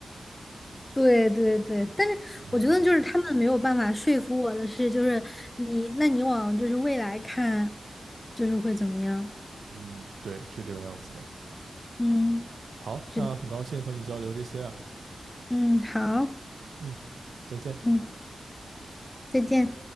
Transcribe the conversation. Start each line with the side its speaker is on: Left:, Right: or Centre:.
Left: 对对对，但是我觉得就是他们没有办法说服我的是，
Right: 嗯
Left: 就是你，那你往就是未来看，就是会怎么样？
Right: 嗯，对，是这个样子的。
Left: 嗯。
Right: 好，
Left: 是
Right: 那很高兴和你交流这些啊。
Left: 嗯，好，
Right: 嗯，再见。
Left: 嗯，再见。